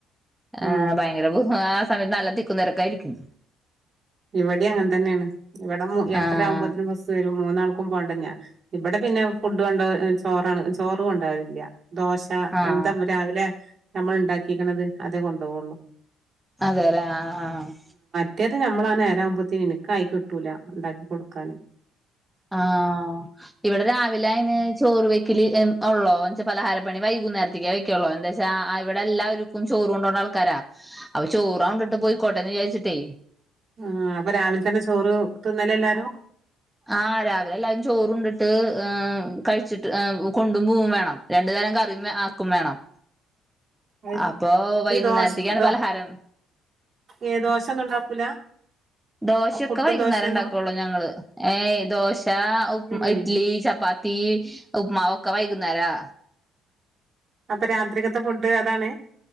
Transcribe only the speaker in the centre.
ഏഹ് ഭയങ്കര ബു സമയത്ത് നല്ല തിക്കും തിരക്കുമായിരിക്കും.
ആഹ്
ആഹ്
അതെല്ലേ ആഹ് ആഹ്
ആഹ് ഇവിടെ രാവിലെ അയിന് ചോറ് വെക്കല് ഉള്ളോ എന്ന് വെച്ച പലഹാര വൈകുന്നേരത്തേക്കെ വെക്കുള്ളൂ എന്താ വച്ചാ ഇവിടെ എല്ലാവർക്കും ചോറും കൊണ്ടോണ്ട ആൾക്കാരാ. അപ്പൊ ചോറാവണ്ടിട്ട് പോയിക്കോട്ടെന്ന് വിചാരിച്ച് <unintelligible>
ആ രാവിലെ എല്ലാവരും ചോറുണ്ടിട്ട് ഏഹ് കഴിച്ചിട്ട് ഏഹ് കൊണ്ടു പോവും വേണം രണ്ടു തരം കറിയും വേം ആക്കും വേണം.
അപ്പൊ വൈകുന്നേരത്തേക്കാണ്
പലഹാരം
ദോശൊക്കെ
വൈകുന്നേരം
ഇണ്ടാക്കുള്ളു ഞങ്ങള്. ഏയ് ദോശ
ഇഡ്ലി ചപ്പാത്തി ഉപ്പ്മാവ ഒക്കെ വൈകുന്നേരാ